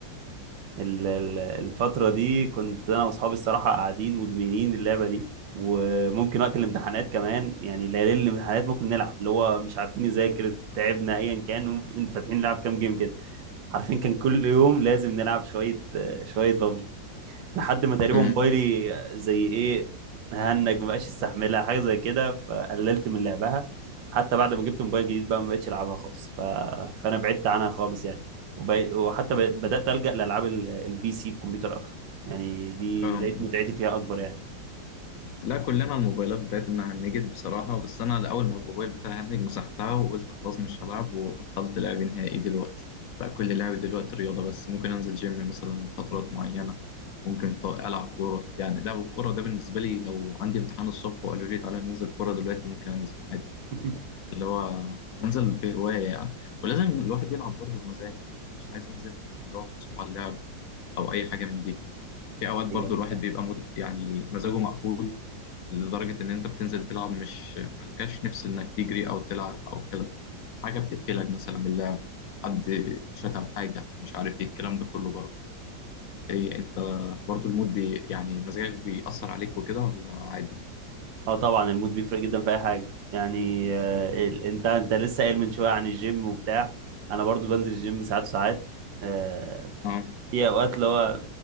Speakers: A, on the right; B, on the left.
A: ال- ال- الفترة دي كنت انا واصحابي الصراحة قاعدين مدمنين اللعبة دي وممكن وقت الامتحانات كمان يعني ليالي الامتحانات ممكن نلعب اللي هو مش عارفين نذاكر تعبنا ايا كان وممكن فاتحين نلعب كام جيم كده عارفين كان كل يوم لازم نلعب شوية شوية لحد ما تقريبا
B: امم
A: موبايلي زي ايه هنج ما بقاش يستحملها حاجه زي كده فقللت من لعبها حتى بعد ما جبت موبايل جديد بقى ما بقتش العبها خالص ف... فانا بعدت عنها خالص يعني وب... وحتى ب... بدات الجا لالعاب ال- البي سي الكمبيوتر اكتر يعني دي
B: أه
A: لقيت متعتي فيها اكبر يعني
B: لا كلنا الموبايلات بتاعتنا هنجت بصراحة بس أنا لأول ما الموبايل بتاعي هنج مسحتها وقلت خلاص مش هلعب وبطلت لعب نهائي دلوقتي بقى كل لعبي دلوقتي رياضة بس ممكن أنزل جيم مثلا فترات معينة ممكن ط- ألعب كورة يعني لعب الكورة ده بالنسبة لي لو عندي امتحان الصبح وقالوا لي تعالى ننزل كورة دلوقتي ممكن أنزل عادي
A: <laughs>
B: اللي هو انزل بهواية يعني ولازم الواحد يلعب برضه بمزاج يعني مش عايز انزل اللي هو مغصوب على اللعب او اي حاجة من دي في اوقات برضه
A: ايوه أيوة.
B: الواحد
A: فاهم.
B: بيبقى مد... يعني مزاجه مقفول لدرجة ان انت بتنزل تلعب مش ملكاش نفس انك تجري او تلعب او كده حاجة بتقفلك مثلا من اللعب حد شتم حاجة مش عارف ايه الكلام ده كله برضه ايه انت برضه المود بي... يعني مزاجك بيأثر عليك وكده ولا عادي
A: اه طبعا المود بيفرق جدا في اي حاجه يعني آه، ال... انت انت لسه قايل من شويه عن الجيم وبتاع انا برضو بنزل الجيم ساعات وساعات آه،
B: اه
A: في اوقات اللي هو